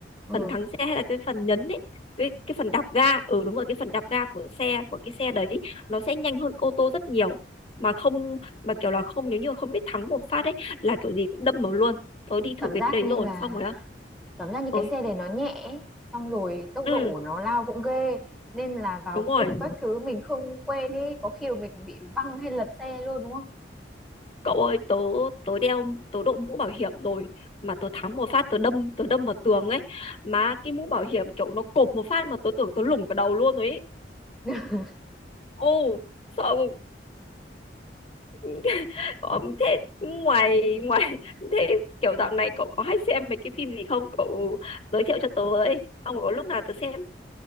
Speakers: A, in the centre; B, on the left.
A: ừ,
B: phần thắng xe hay là cái phần nhấn ấy cái, cái phần đạp ga ừ đúng rồi cái phần đạp ga của xe của cái xe đấy nó sẽ nhanh hơn ô tô rất nhiều mà không mà kiểu là không nếu như mà không biết thắng một phát ấy là kiểu gì cũng đâm vào luôn tớ đi
A: cảm
B: thử cái
A: giác
B: đấy
A: như
B: rồi
A: là
B: xong rồi á
A: cảm giác như
B: ôi
A: cái xe này nó nhẹ ấy, xong rồi tốc
B: ừ
A: độ của nó lao cũng ghê nên là vào
B: đúng rồi
A: cua các thứ mình không quen ấy có khi mà mình còn bị văng hay lật xe luôn đúng không
B: cậu ơi tớ tớ đeo tớ đội mũ bảo hiểm rồi mà tớ thắng một phát tớ đâm tớ đâm vào tường ấy mà cái mũ bảo hiểm kiểu nó cộp một phát mà tớ tưởng tớ lủng cả đầu luôn rồi ấy
A: <laughs>
B: ô sợ ừ. Ờ, thế ngoài ngoài <laughs> thế kiểu dạo này cậu có hay xem mấy cái phim gì không? Cậu giới thiệu cho tớ với. Ông có lúc nào tớ xem